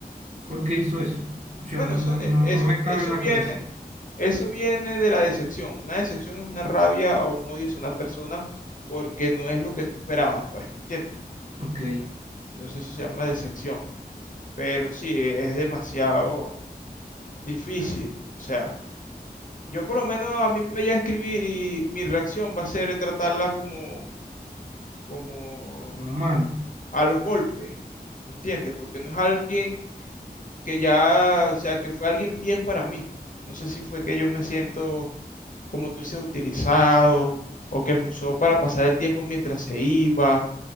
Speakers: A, on the right; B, on the left.
A: por qué hizo eso. O sea,
B: bueno,
A: no,
B: eso,
A: no,
B: eh,
A: no,
B: eso,
A: no me cabe
B: eso
A: en la
B: viene,
A: cabeza.
B: eso viene de la decepción. Una decepción es una rabia o un odio hacia una persona porque no es lo que tú esperabas, pues, ¿me entiendes?
A: Ok,
B: Entonces eso se llama decepción. Pero sí, es demasiado difícil. O sea, yo por lo menos a mí me voy a escribir y mi reacción va a ser tratarla como, como
A: como mal.
B: a los golpes, ¿entiendes? Porque no es alguien que ya, o sea, que fue alguien bien para mí. No sé si fue que yo me siento, como tú dices, utilizado o que me usó para pasar el tiempo mientras se iba.